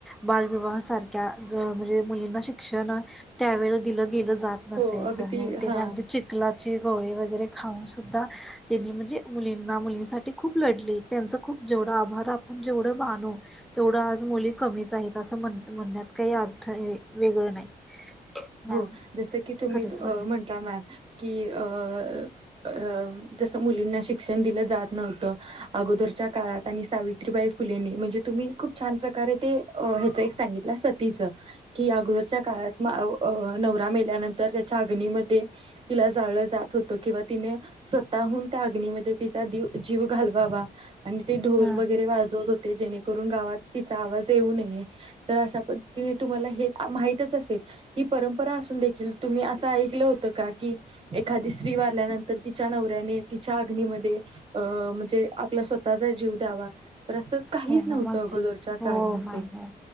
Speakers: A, in the centre; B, on the right.
A: बालविवाह सारख्या म्हणजे, मुलींना शिक्षण त्यावेळेस दिलं गेलं जात नसायचं,
B: हो अगदी
A: मग त्याने
B: हा
A: आमच्या चिकला गोळे वगैरे खाऊन सुद्धा त्यांनी म्हणजे मुलींना मुलींसाठी खूप लढले, त्यांच खूप जेवढा आभार आपण जेवढं मानू तेवढं आज मुली कमीच आहेत, असं म्हण म्हणण्यात काही अथ थ वेगळं नाही. मॅम
B: हो जस की तुम्ही
A: खरंच
B: म्हंटला
A: म्हणजे
B: मॅम की अ अ जसं मुलींना शिक्षण दिलं जात नव्हतं, अगोदरच्या काळात आणि सावित्रीबाई फु फुलेनी म्हणजे तुम्ही खप छान प्रकार ते ह्याच एक सांगितला सगित स की अगोदरच्या काळात, अ, नवरा मेल्यानंतर त्याच्या अगनीमध्ये तिला जाळलं जात होत. किंवा तिने स्वतःहून त्या अग्नीमध्येति दिऊ जीव घालवावा आणि ते ढोल
A: हा
B: वगैरे वाजवत होते. जेणेकरून गावात तिचा आवाज येऊ नये तर अशा पद्धतीने तुम्हाला हे माहितच असेल. ही परंपरा असून देखील तुम्ही असं ऐकलं होतं का? की एखादी स्त्री वारल्यानंतर तिच्या नवऱ्या आणि तिच्या अग्नीमध्ये अ म्हणजे आपला स्वतःचा जीव द्यावा. तर असं काहीच
A: हो
B: नव्हतं
A: मॅम अगदी
B: अगोदरच्या
A: हो
B: काळामध्ये
A: मॅम हो